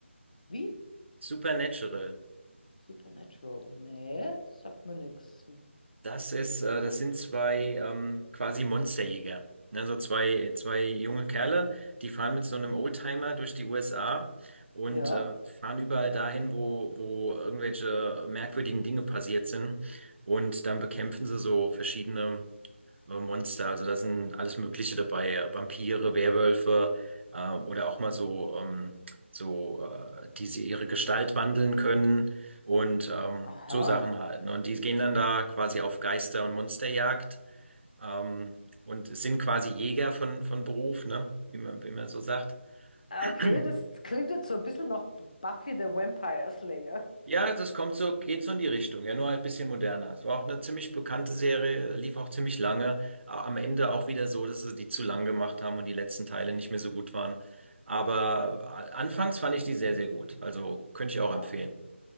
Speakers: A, on the left; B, on the right.
A: Wie?
B: Supernatural.
A: Supernatural? Nee, sagt mir nichts.
B: Das ist, äh, das sind zwei ähm, quasi Monsterjäger. Ne? So zwei, zwei junge Kerle, die fahren mit so einem Oldtimer durch die USA und
A: Ja.
B: äh, fahren überall dahin, wo, wo irgendwelche merkwürdigen Dinge passiert sind. Und dann bekämpfen sie so verschiedene äh, Monster, also da sind alles Mögliche dabei, äh, Vampire, Werwölfe äh, oder auch mal so, ähm, so äh, die sie ihre Gestalt wandeln können und ähm,
A: Aha.
B: so Sachen halt. Ne? Und die gehen dann da quasi auf Geister- und Monsterjagd ähm, und sind quasi Jäger von, von Beruf, ne? Wie man, wie man so sagt.
A: Ah,
B: <clears throat>
A: Okay, das klingt jetzt so ein bisschen nach Buffy the Vampire Slayer.
B: Ja, das kommt so, geht so in die Richtung, ja, nur halt ein bisschen moderner. Es war auch eine ziemlich bekannte Serie, lief auch ziemlich lange. A- Am Ende auch wieder so, dass sie die zu lang gemacht haben und die letzten Teile
A: Mhm.
B: nicht mehr so gut waren. Aber a- anfangs fand ich die sehr, sehr gut. Also könnte ich
A: Aha.
B: auch empfehlen.